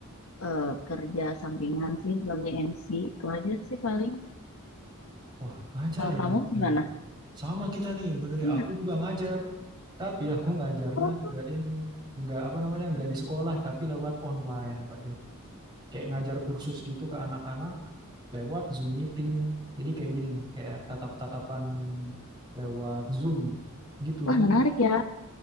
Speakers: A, on the left (about 70°); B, on the right (about 20°).
A: eh, kerja sampingan sih sebagai MC. Itu aja sih paling.
B: Wah, ngajar
A: Kalau
B: ya
A: kamu
B: Mbak Deli.
A: gimana?
B: Sama kita nih Mbak Deli.
A: Iya.
B: Aku juga ngajar, tapi aku ngajarnya
A: Oh,
B: nggak ini, nggak apa namanya, nggak di sekolah, tapi lewat online Mbak Deli. Kayak ngajar kursus gitu ke anak-anak lewat Zoom meeting. Jadi kayak gini, nih, kayak tatap-tatapan lewat Zoom gitu
A: wah
B: sih.
A: menarik ya.